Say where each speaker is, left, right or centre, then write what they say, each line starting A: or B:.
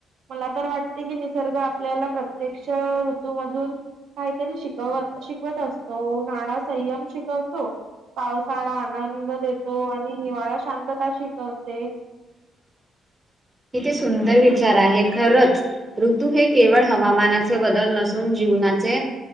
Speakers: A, on the right; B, on the right.
A: मला तर वाटते की निसर्ग आपल्याला प्रत्यक्ष ऋतूमधून काहीतरी शिकवत शिकवत असतो नाड संयम शिकवतो पावसाळा आनंद देतो आणि हिवाळा शांतता शिकवते
B: <inaudible> कि सुंदर विचार आहे खरच ऋतू हे केवळ हवामानाचे बदल नसून जीवनात